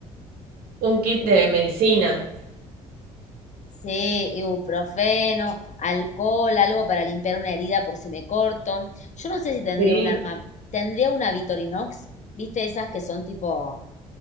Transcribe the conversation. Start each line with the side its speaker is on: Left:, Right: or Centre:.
Right: un kit de medicina.
Left: Sí, ibuprofeno, alcohol, algo para limpiar una herida por si me corto. Yo no sé si tendría
Right: Sí.
Left: un arma, tendría una Victorinox, ¿viste esas que son tipo